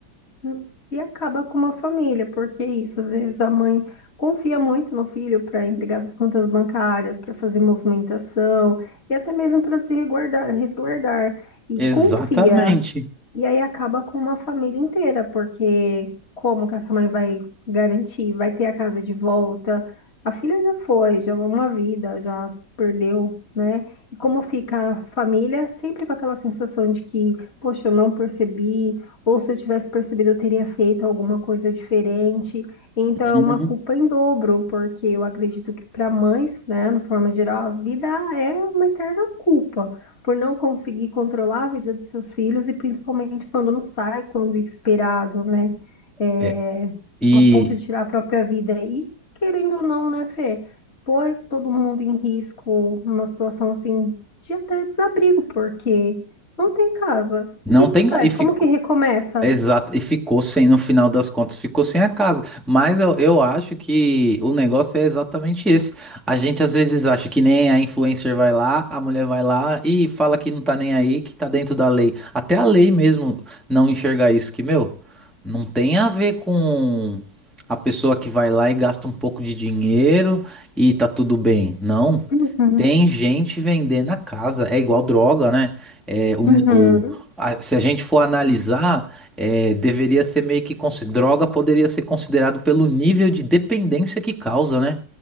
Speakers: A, on the left; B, in the centre.
A: uhum. E acaba com uma família, porque é isso, às vezes a mãe confia muito no filho para entregar suas contas bancárias, para fazer movimentação e até mesmo para se resguardar, resguardar. E
B: Exatamente.
A: confia. E aí acaba com uma família inteira, porque como que essa mãe vai garantir? Vai ter a casa de volta? A filha já foi, já é uma vida, já se perdeu, né? E como fica a família sempre com aquela sensação de que, poxa, eu não percebi, ou se eu tivesse percebido, eu teria feito alguma coisa diferente. Então é
B: Uhum.
A: uma culpa em dobro, porque eu acredito que para mães, né, no forma geral, a vida é uma eterna culpa por não conseguir controlar a vida dos seus filhos e principalmente quando não sai quando é esperado, né? É,
B: É, E,
A: a ponto de tirar a própria vida. E querendo ou não, né, Fê? Pôr todo mundo em risco numa situação assim de até desabrigo, porque não tem casa. O
B: Não
A: que
B: tem.
A: que faz?
B: E fi-
A: Como que recomeça?
B: Exato, e ficou sem, no final das contas, ficou sem a casa. Mas eu, eu acho que o negócio é exatamente esse. A gente às vezes acha que nem a influencer vai lá, a mulher vai lá e fala que não tá nem aí, que tá dentro da lei. Até a lei mesmo não enxergar isso, que, meu, não tem a ver com a pessoa que vai lá e gasta um pouco de dinheiro e tá tudo bem. Não.
A: Uhum,
B: Tem gente vendendo a casa. É igual droga, né? É, o,
A: uhum.
B: o- a- se a gente for analisar é, deveria ser meio que consi- droga poderia ser considerado pelo nível de dependência que causa, né?